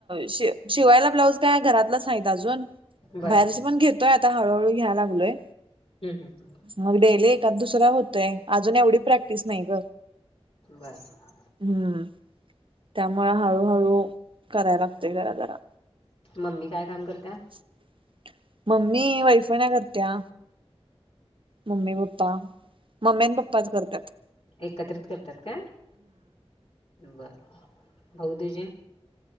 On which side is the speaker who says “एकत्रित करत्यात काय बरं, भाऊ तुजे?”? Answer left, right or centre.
Left